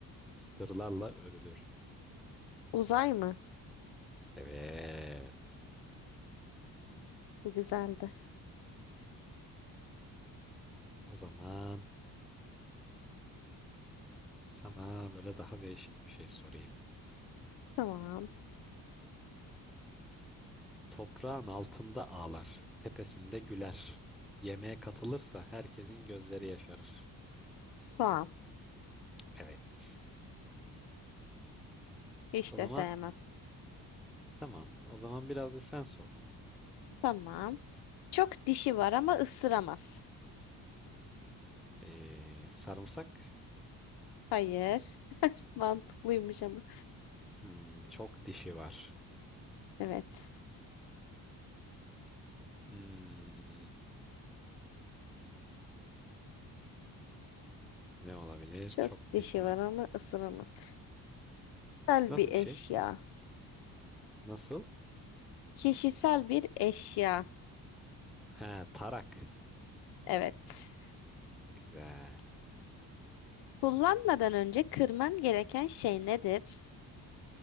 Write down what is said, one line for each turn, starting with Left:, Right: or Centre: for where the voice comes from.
Centre: sırlarla örülür.
Left: Uzay mı?
Centre: Evet.
Left: Bu güzeldi.
Centre: O zaman sana böyle daha değişik bir şey sorayım.
Left: Tamam.
Centre: Toprağın altında ağlar, tepesinde güler. Yemeğe katılırsa herkesin gözleri yaşarır.
Left: Soğan.
Centre: Evet.
Left: Hiç
Centre: O zaman
Left: de sevmem.
Centre: tamam. O zaman biraz da sen sor.
Left: Tamam. Çok dişi var ama ısıramaz.
Centre: Ee, sarımsak.
Left: Hayır. Mantıklıymış ama.
Centre: Hmm, çok dişi var.
Left: Evet.
Centre: Hmm, ne olabilir?
Left: Çok
Centre: Çok
Left: dişi
Centre: dişi var.
Left: var ama ısıramaz. Kişisel
Centre: Nasıl
Left: bir eşya.
Centre: bir şey? Nasıl?
Left: Kişisel bir eşya.
Centre: Ha, tarak.
Left: Evet.
Centre: Güzel.
Left: Kullanmadan önce kırman gereken şey nedir?